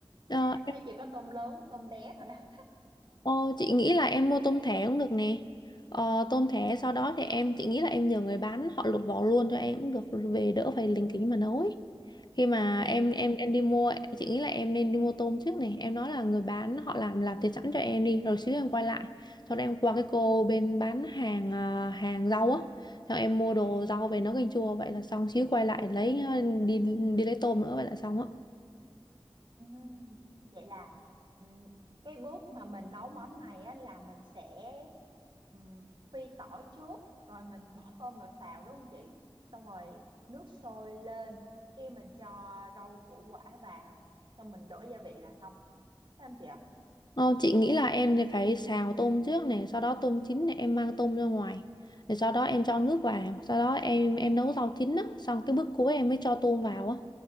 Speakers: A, on the left; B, on the right.
A: Ờ,
B: em, em thấy chỉ có tôm lớn tôm bé thôi à.
A: Ờ, chị nghĩ là em mua tôm thẻ cũng được nè. Ờ, tôm thẻ sau đó thì em chị nghĩ là em nhờ người bán họ lột vỏ luôn cho em cũng được về đỡ phải lính kính mà nấu ấy. Khi mà em em
B: <laughs>
A: em đi mua chị nghĩ là em nên đi mua tôm trước này. Em nói là người bán họ làm làm thịt sẵn cho em đi rồi xíu em quay lại. Sau đó em qua cái cô bên bán hàng à, hàng rau á. Xong em mua đồ rau về nấu canh chua vậy là xong xíu quay lại lấy ờ, đi đi lấy tôm nữa vậy là xong á.
B: Ừm, vậy là ừm, cái bước mà mình nấu món này á, là mình sẽ ừm, phi tỏi trước rồi mình bỏ tôm vào xào đúng không chị xong rồi nước sôi lên cái mình cho rau củ quả vào xong mình đổ gia vị là xong Thấy không chị ạ
A: Ờ, chị nghĩ là em thì phải xào tôm trước này, sau đó tôm chín này em mang tôm ra ngoài. Rồi sau đó em cho nước vào, sau đó em em nấu rau chín á, xong cái bước cuối em mới cho tôm vào á.